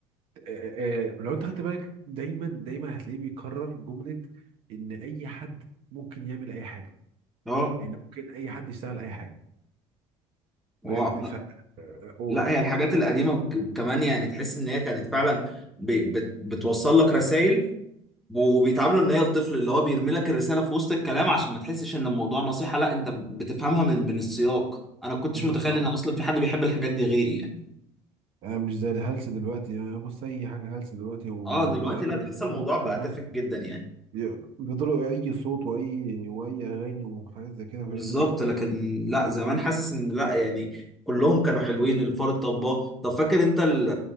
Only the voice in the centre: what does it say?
اه
و-
لا هي الحاجات القديمة وك- كمان يعني تحس ان هي كانت فعلا ب... بت... بتوصل لك رسائل وبيتعاملوا ان هي الطفل اللي هو بيرمي لك الرسالة في وسط الكلام عشان ما تحسش ان الموضوع نصيحة لا انت بتفهمها من من السياق انا كنتش
متخيل
ان اصلا في حد بيحب الحاجات دي غيري يعني
اه دلوقتي
لا تحس
الموضوع بقى
تافه جدا يعني
بالظبط
لكن لا زمان حاسس ان لا يعني كلهم كانوا حلوين الفار الطباخ طب فاكر انت ال-